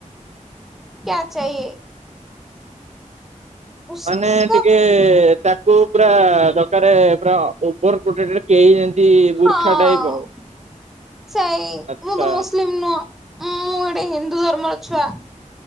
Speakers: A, in the centre; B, on the right.
A: କ୍ୟା ଚାହିଏ? ଉସକା
B: ମାନେ ଟିକେ ତାକୁ ପୁରା ଦକାର ପୁରା ଅ ଓଭର ପ୍ରୋଟେକ୍ଡ୍ କେହି ଯେମିତି
A: ହଁ
B: ବୁର୍ଖା ଟାଇପ୍ ଆଉ।
A: ସେଇ
B: ଆଚ୍ଛା
A: ମୁଁ ତ ମୁସଲିମ ନୁହଁଁ ମୁଁ ଗୋଟେ ହିନ୍ଦୁ ଧର୍ମର ଛୁଆ।